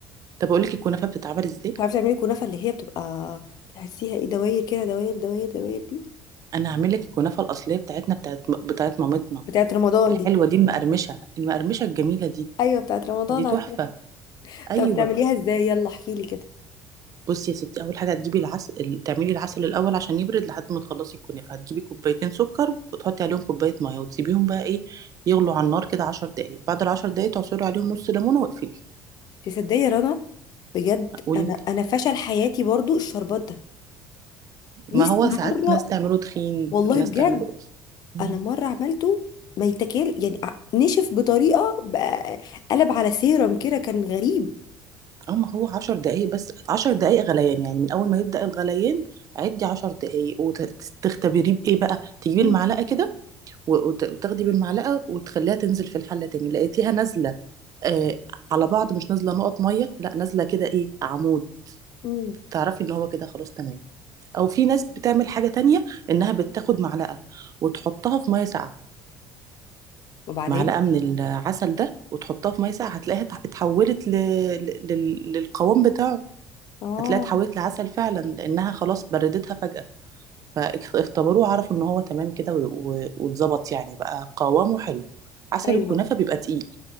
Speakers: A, on the right; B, on the left.
A: طب اقول لك الكنافه بتتعمل ازاي
B: بتعرفي تعملي كنافة اللي هي بتبقى تحسيها ايه دواير كده دواير دواير دواير دي
A: انا هعمل لك الكنافه الاصليه بتاعتنا بتاعت بتاعت مامتنا
B: بتاعت رمضان
A: الحلوه
B: دي
A: دي المقرمشه المقرمشه الجميله دي
B: ايوه بتاعت رمضان
A: دي تحفه
B: عارفاها
A: ايوه
B: طب بتعمليها ازاي يلا احكيلي كده
A: بصي يا ستي اول حاجه هتجيبي العسل تعملي العسل الاول عشان يبرد لحد ما تخلصي الكنافه هتجيبي كوبايتين سكر وتحطي عليهم كوبايه ميه وتسيبيهم بقى ايه يغلوا على النار كده 10 دقائق بعد ال 10 دقائق تعصري عليهم نص ليمونه واقفلي
B: تصدقي يا رنا بجد
A: قولي
B: انا
A: لي
B: انا فشل حياتي برضو الشربات ده نفسي
A: ما هو ساعات
B: <laughs> مره
A: ناس تعمله تخين
B: والله
A: ناس
B: بجد
A: تعمله مم.
B: انا مره عملته ما يتاكل يعني ع- نشف بطريقه بقى قلب على سيرم كده كان غريب
A: اه ما هو عشر دقايق بس عشر دقايق غليان يعني من اول ما يبدأ الغليان عدي عشر دقايق وتختبريه بإيه بقى تجيبي
B: مم.
A: المعلقة كده و- وت- وتاخدي بالمعلقه وتخليها تنزل في الحله تاني لقيتيها نازله آه على بعض مش نازله نقط ميه لا نازله كده ايه عمود
B: مم.
A: تعرفي ان هو كده خلاص تمام او في ناس بتعمل حاجه تانية انها بتاخد معلقه وتحطها في ميه ساقعه
B: وبعدين
A: معلقه من العسل ده وتحطها في ميه ساقعه هتلاقيها اتح- اتحولت ل... ل... لل- للقوام بتاعه
B: اه
A: هتلاقيها اتحولت لعسل فعلا لانها خلاص بردتها فجاه فاختبروه عرفوا ان هو تمام كده و- و- واتظبط يعني بقى قوامه حلو عسل
B: ايوه
A: الكنافه بيبقى تقيل